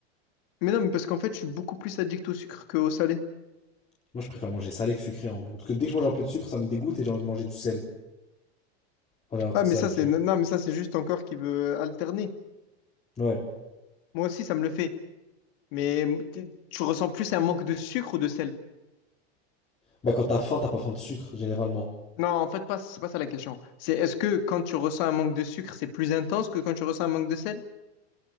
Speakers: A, on the left (about 55°); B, on the left (about 20°).
A: mais non, mais parce qu'en fait, je suis beaucoup plus addict au sucre qu'au salé.
B: Moi je préfère manger salé que sucré en vrai. Parce que dès que je mange un peu de sucre, ça me dégoûte et j'ai envie de manger du sel. Enfin, j'ai un truc
A: Ah, mais
B: salé,
A: ça,
B: tu
A: c'est, non, mais ça, c'est juste ton corps qui veut alterner.
B: vois. Ouais.
A: Moi aussi, ça me le fait. Mais t'es- tu ressens plus un manque de sucre ou de sel?
B: Bah quand t'as faim, t'as pas faim de sucre, généralement.
A: Non, en fait, pas, c'est pas ça la question. C'est est-ce que quand tu ressens un manque de sucre, c'est plus intense que quand tu ressens un manque de sel?